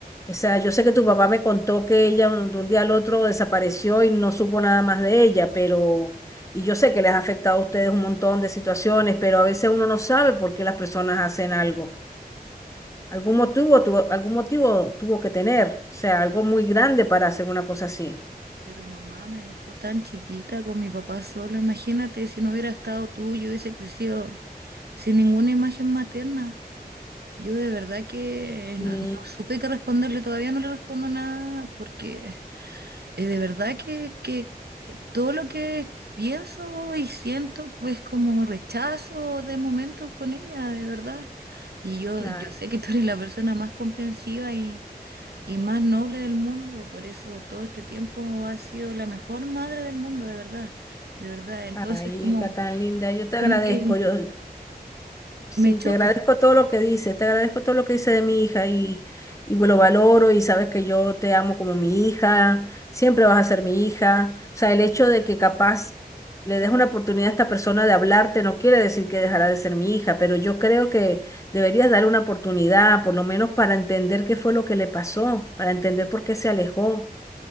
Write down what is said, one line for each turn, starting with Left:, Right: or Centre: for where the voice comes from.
Left: O sea, yo sé que tu papá me contó que ella un- de un día al otro desapareció y no supo nada más de ella, pero... Y yo sé que les ha afectado a ustedes un montón de situaciones, pero a veces uno no sabe por qué las personas hacen algo. Algún motivo tuvo, algún motivo tuvo que tener, o sea, algo muy grande para hacer una cosa así.
Right: Pero mamá me dejó tan chiquita con mi papá solo. Imagínate si no hubiera estado tú, yo hubiese crecido. Sin ninguna imagen materna. Yo de verdad que
Left: Y
Right: no, no supe qué responderle, todavía no le respondo nada porque eh, de verdad que, que todo lo que pienso y siento es como rechazo de momento con ella, de verdad. Y yo,
Left: nada.
Right: yo sé que tú eres la persona más comprensiva y, y más noble del mundo, por eso todo este tiempo has sido la mejor madre del mundo, de verdad, de verdad. Entonces
Left: Ay,
Right: como,
Left: hija tan linda, yo te
Right: como
Left: agradezco.
Right: que
Left: Yo, Sí,
Right: me choca,
Left: te agradezco todo lo que dices, te agradezco todo lo que dices de mi hija y, y lo valoro y sabes que yo te amo como mi hija, siempre vas a ser mi hija. O sea, el hecho de que capaz le des una oportunidad a esta persona de hablarte no quiere decir que dejará de ser mi hija, pero yo creo que deberías darle una oportunidad, por lo menos para entender qué fue lo que le pasó, para entender por qué se alejó.